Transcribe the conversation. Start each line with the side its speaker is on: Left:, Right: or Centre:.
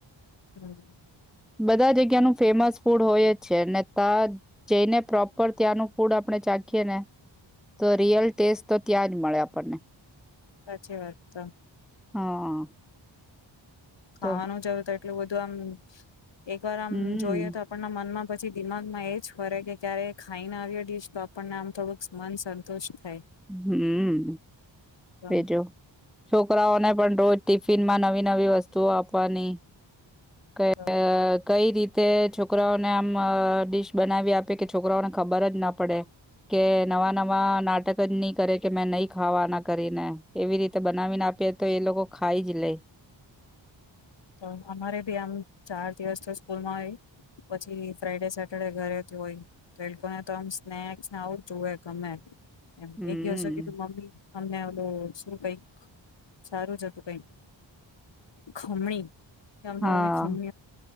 Left: હમ
Centre: બધા જગ્યાનું ફેમસ ફૂડ હોય જ છે અનેને ત્યાં જઈને પ્રોપર ત્યાંનું ફૂડ આપણે ચાખીએ ને તો રિયલ ટેસ્ટ તો ત્યાં જ મળે આપણને
Left: સાચી વાત તો
Centre: હા
Left: ખાવાનું
Centre: તો
Left: જવ ત એટલું બધું આમ એક વાર આમ
Centre: હમ
Left: જોઈએ તો આપણના મનમાં પછી દિમાગમાં એ જ ફરે કે ક્યારે ખાઈને આવ્યો ડીશ તો આપણને આમ થોડુંક મન સંતુષ્ટ થાય
Centre: હમ
Left: તો
Centre: ભેજો છોકરાઓને પણ રોજ ટિફિન માં નવી નવી વસ્તુઓ આપવાની ક
Left: તો
Centre: કઈ રીત તે છોકરાઓને આમ ડીશ બનાવી આપે કે છોકરાઓને ખબર જ ના પડે કે નવા નવા નાટક ની કરે કે મેં નહી ખાવાના કરીને એવી રીતે બનાવીને આપી તો એ લોકો ખાઈ જ લે
Left: તો અમારે ભી આમ ચાર દિવસ તો સ્કૂલમાં હોય પછી ફ્રાઈડે સેટરડે ઘરેથી હોય તો એ લોકોને તો આમ સ્નેક્સને આવું જ જુએ ગમે એમ
Centre: હમ
Left: એક ગિવસ કીધું મમ્મી અમને એલું ું કઈક સારું જ હતું કઈક ખમણી કેમડા
Centre: હા
Left: મી ખમ